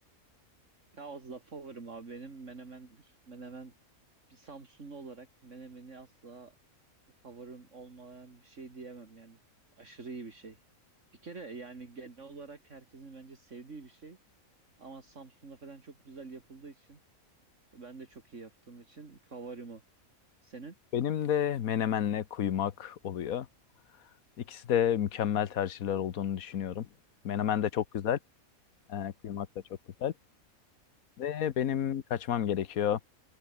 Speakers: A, on the right; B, on the left.
A: Ya az da favorim abi benim menemendir. Menemen bir Samsunlu olarak menemeni asla favorim olmayan bir şey diyemem yani. Aşırı iyi bir şey. Bir kere yani genel olarak herkesin bence sevdiği bir şey. Ama Samsun'da falan çok güzel yapıldığı için Ben de çok iyi yaptığım için favorim o. Senin?
B: Benim de menemenle kuymak oluyor. İkisi de mükemmel tercihler olduğunu düşünüyorum. Menemen de çok güzel, e, kuymak da çok güzel. Ve benim kaçmam gerekiyor.